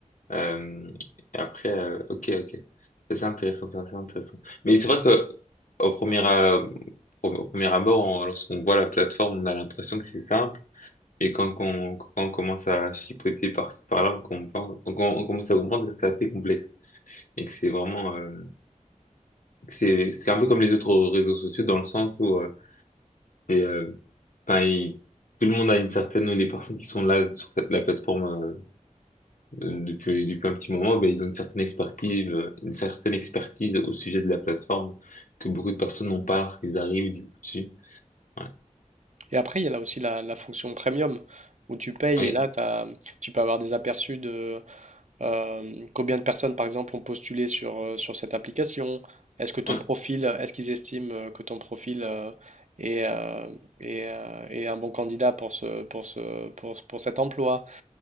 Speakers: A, on the left (about 80°); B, on the right (about 60°).
A: Euh, et après, euh, ok, ok. C'est intéressant, c'est assez intéressant. Mais c'est vrai que au premier, euh, au au premier abord, on- lorsqu'on voit la plateforme, on a l'impression que c'est simple. Et quand, quand, quand on commence à chipoter par-ci, par-là, on comprend, on, on commence à comprendre que c'est assez complexe et que c'est vraiment... euh, c'est c'est un peu comme les autres réseaux sociaux dans le sens où euh, et, euh, enfin, il- tout le monde a une certaine les personnes qui sont là sur cette- la plateforme euh, depuis depuis un petit moment ben ils ont une certaine expertise euh, une certaine expertise au sujet de la plateforme que beaucoup de personnes n'ont pas lorsqu'ils arrivent du coup dessus ouais.
B: Et après, il y a là aussi la, la fonction premium où tu payes
A: oui
B: et là, t'as- tu peux avoir des aperçus de, Euh, combien de personnes, par exemple, ont postulé sur, euh, sur cette application? Est-ce que ton
A: ouais.
B: profil, euh, est-ce qu'ils estiment euh, que ton profil euh, est, euh, est, euh, est un bon candidat pour ce, pour ce, pour, ce- pour cet emploi?